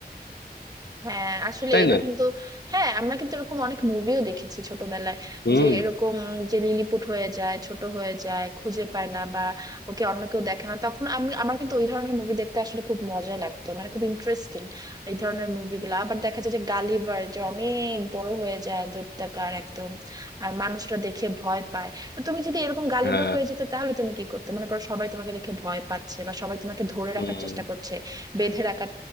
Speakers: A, on the right; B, on the left.
A: হ্যাঁ আসলে
B: তাই
A: এটা
B: না
A: কিন্তু হ্যাঁ আমরা কিন্তু এরকম অনেক মুভিও দেখেছি ছোটবেলায়
B: হুম
A: যে এরকম যে লিলিপুট হয়ে যায় ছোট হয়ে যায় খুঁজে পায় না বা ওকে অন্য কেউ দেখে না তখন আমি আমার কিন্তু ওই ধরনের মুভি দেখতে আসলে খুব মজা লাগতো মানে খুব ইন্টারেস্টিং এই ধরনের মুভিগুলো আবার দেখা যায় যে গালিভার যে অনেক বড় হয়ে যায় দৈত্যাকার একদম আর মানুষরা দেখে ভয় পায় তো তুমি যদি এরকম গালিভার
B: হ্যাঁ
A: হয়ে যেতে তাহলে তুমি কি করতে মনে করো সবাই তোমাকে দেখে ভয় পাচ্ছে বা সবাই তোমাকে ধরে
B: হুম
A: রাখার চেষ্টা করছে বেঁধে রাখার